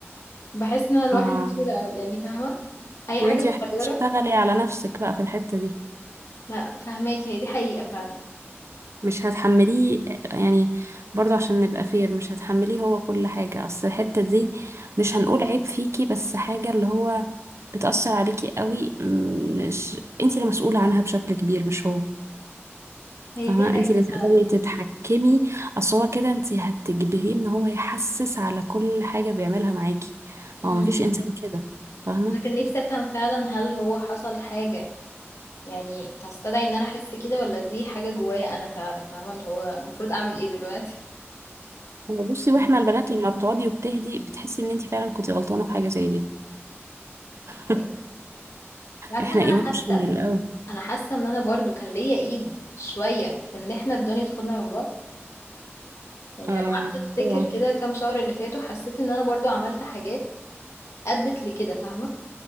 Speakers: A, on the left; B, on the right.
A: بحس ان انا لوحدي
B: اه
A: بسهولة أوي يعني فاهمة اي
B: يبقى
A: حاجة
B: انت محتاجة
A: صغيرة
B: تشتغلي على نفسك بقى في الحتة دي
A: ما فاهماك هي دي حقيقة فعلا
B: مش هتحمليه يعني برضو عشان نبقى فير مش هتحمليه هو كل حاجة اصل الحتة دي مش هنقول عيب فيكي بس حاجة اللي هو بتأثر عليكي قوي مم، مش انت المسؤولة عنها بشكل كبير مش هو
A: هي
B: فاهمة
A: دي حقيقة
B: انت اللي تقدري
A: فعلا
B: تتحكمي اصل هو كده انت هتجبريه ان هو يحسس على كل حاجة بيعملها معاكي
A: امم
B: هو مفيش انسان كده فاهمة
A: انا كان نفسي افهم فعلا هل هو حصل حاجة يعني تستدعي ان انا احس كده ولا دي حاجة جوايا انا فعلا فاهمة اللي هو المفروض اعمل ايه دلوقتي
B: هو بصي واحنا
A: آه.
B: البنات لما بتقعدي وبتهدي بتحسي ان انت فعلا كنتي غلطانة في حاجة زي دي
A: طيب
B: <laughs>
A: عارفة
B: احنا
A: ان انا
B: ايموشنال
A: حاسة
B: قوي
A: انا حاسة ان انا برضو كان ليا ايد شوية في ان احنا الدنيا تاخدنا من بعض يعني
B: آه
A: لما قعدت افتكر
B: طبعا
A: كده كام شهر اللي فاتوا حسيت ان انا برضو عملت حاجات ادت لكده فاهمة